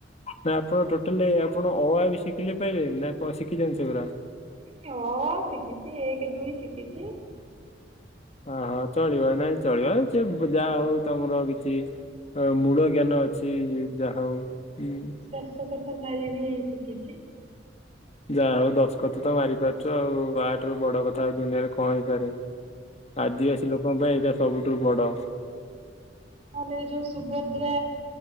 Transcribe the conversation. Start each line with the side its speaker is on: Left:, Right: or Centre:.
Left: ନା ଆପଣ ଟୋଟାଲି ଆପଣ ଅଆ ବି ଶିଖିଲେ ପାଇଲେ ନା କଣ ଶିଖିଛନ୍ତି ସେଗୁଡା?
Right: ହଁ ଅ ଆ ଶିଖିଛି ଏକ ଦୁଇ ଶିଖିଛି।
Left: ଓହୋ ଚଳିବ ନାଇଁ ଚଳିବ ସେ ଯାହା ହଉ ତମର କିଛି ଅ ମୂଳ ଜ୍ଞାନ ଅଛି ଯାହା ହଉଁ କିଛି।
Right: ଦଶକତ ମାରି ବି ଶିଖିଛି।
Left: ଯାହା ହଉ ଦଶକତ ତ ମାରି ପାରୁଛ ଆଉ ଆଠାରୁ ବଡ କଥା ଆଉ ଦୁନିଆରେ କଣ ହେଇପାରେ। ଆଦିବାସୀ ଲୋକଙ୍କ ପାଇଁ ଏଇଟା ସବୁଠୁ ବଡ।
Right: ନହେଲେ ଏଇ ଯୋଉ ସୁଭଦ୍ରା